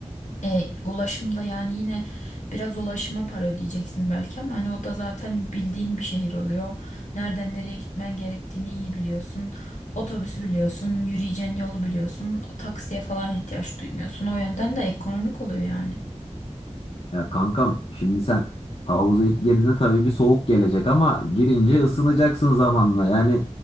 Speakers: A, on the left; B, on the left.
A: E, ulaşımda yani yine biraz ulaşıma para ödeyeceksin belki ama hani o da zaten bildiğin bir şehir oluyor. Nereden nereye gitmen gerektiğini iyi biliyorsun. Otobüsü biliyorsun, yürüyeceğin yolu biliyorsun, taksiye falan ihtiyaç duymuyorsun. O yönden de ekonomik oluyor yani.
B: Ya kankam şimdi sen havuza ilk girdiğinde tabii bir soğuk gelecek ama girince ısınacaksın zamanla. Yani